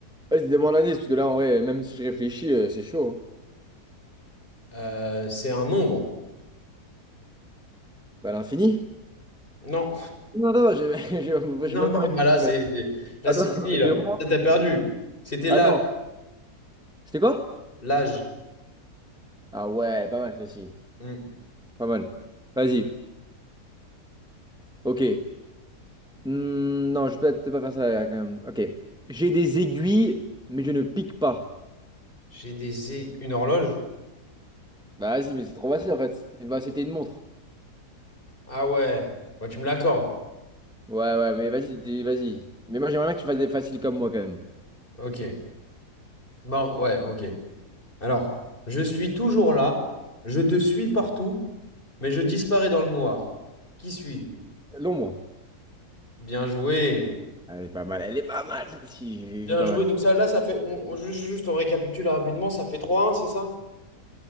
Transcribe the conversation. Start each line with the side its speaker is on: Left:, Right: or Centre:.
Centre: Vas-y, demande un indice, parce que là, en vrai, même si je réfléchis, euh, c'est chaud. hein.
Left: Euh, c'est un nombre.
Centre: Bah, l'infini?
Left: Non.
Centre: Non, non, j'ai <laughs> j'ai-
Left: Non,
Centre: j'ai même
Left: non,
Centre: pas réfléchi,
Left: bah là, c'est
Centre: en fait.
Left: là,
Centre: Attends,
Left: c'est fini,
Centre: <laughs>
Left: là.
Centre: j'ai au moins-
Left: Là, T'as perdu. C'était
Centre: Attends,
Left: l'âge.
Centre: c'était quoi?
Left: L'âge.
Centre: Ah ouais, pas mal, ceci.
Left: Hmm.
Centre: Pas mal. Vas-y, ok. Hmm, non, je vais peut-être pas faire ça, là, quand même. Ok. J'ai des aiguilles, mais je ne pique pas.
Left: J'ai des... é- Une horloge?
Centre: Bah, vas-y, mais c'est trop facile, en fait. Bah, c'était une montre.
Left: Ah ouais. Bah, tu me l'accordes.
Centre: Ouais, ouais, mais vas-y, dis- vas-y. Mais moi, j'aimerais bien que tu fasses des faciles comme moi, quand même.
Left: Ok. Bon, ouais, ok. Alors, je suis toujours là. Je te suis partout. Mais je disparais dans le noir. Qui suis-je?
Centre: L'ombre.
Left: Bien joué.
Centre: Elle est pas mal, elle est pas mal celle-ci, j'ai
Left: Bien
Centre: j'ai pas
Left: joué.
Centre: mal.
Left: Donc ça, là, ça fait... On, on- ju- juste, on récapitule rapidement. Ça fait trois un c'est ça?